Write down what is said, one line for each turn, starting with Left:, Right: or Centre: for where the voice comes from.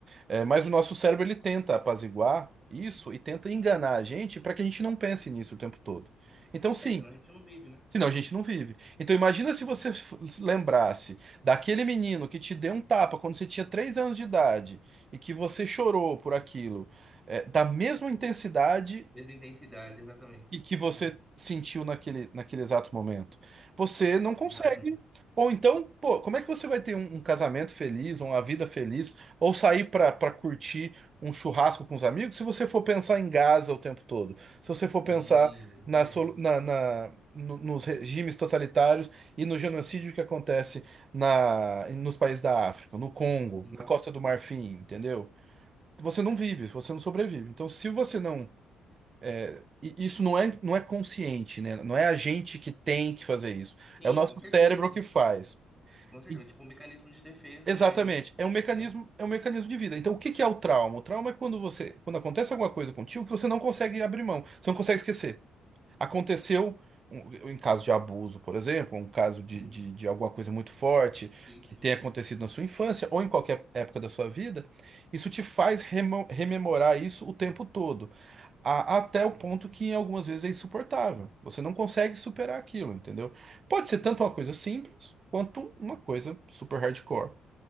Right: é, mas o nosso cérebro ele tenta apaziguar isso e tenta enganar a gente para que a gente não pense nisso o tempo todo. Então, sim,
Centre: É, senão a gente não vive, né?
Right: senão a gente não vive. Então, imagina se você f- se lembrasse daquele menino que te deu um tapa quando você tinha 3 anos de idade e que você chorou por aquilo, é, da mesma intensidade
Centre: Mesma intensidade, exatamente.
Right: e que
Centre: Exatamente.
Right: você sentiu naquele, naquele exato momento. Você não consegue.
Centre: Exatamente.
Right: Ou então, pô, como é que você vai ter um, um casamento feliz, uma vida feliz, ou sair pra para curtir um churrasco com os amigos, se você for pensar em Gaza o tempo todo? Se você for
Centre: Sim,
Right: pensar
Centre: exatamente.
Right: na, solu- na, na- no- nos regimes totalitários e no genocídio que acontece na, nos países da África, no Congo,
Centre: Uhum.
Right: na Costa do Marfim, entendeu? Você não vive, você não sobrevive. Então, se você não é, e isso não é, não é consciente, né? Não é a gente que tem que fazer isso.
Centre: Sim,
Right: É o nosso
Centre: com certeza.
Right: cérebro que faz.
Centre: Com certeza.
Right: E-
Centre: Tipo, o mecanismo de defesa
Right: Exatamente.
Centre: é inconsciente,
Right: É um mecanismo,
Centre: né?
Right: é um mecanismo de vida. Então, o que que é o trauma? O trauma é quando você, quando acontece alguma coisa contigo que você não consegue abrir mão, você não consegue esquecer. Aconteceu um- em caso de abuso, por exemplo, um caso de,
Centre: Uhum.
Right: de, de alguma coisa muito forte
Centre: Sim,
Right: que
Centre: sim.
Right: tenha acontecido na sua infância ou em qualquer época da sua vida, isso te faz remo- rememorar isso o tempo todo a- até o ponto que algumas vezes é insuportável. Você não consegue superar aquilo, entendeu? Pode ser tanto uma coisa simples quanto uma coisa super hardcore.